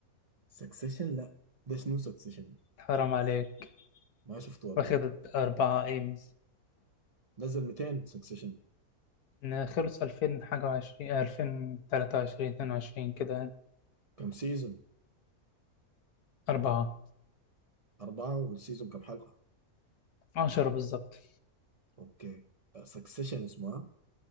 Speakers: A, on the right (about 60°); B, on the left (about 85°).
A: سكسيشن لا ده شنو سكسيشن
B: حرام عليك
A: ما شفته والله
B: واخد أربعة إيميز
A: نزل 200 سكسيشن
B: إن خلص ألفين حاجة وعشرين آه، ألفين تلاتة وعشرين اتنين وعشرين كده
A: كم سيزون
B: أربعة
A: أربعة والسيزون كم حلقة
B: عشرة بالظبط
A: أوكي سكسيشن اسمها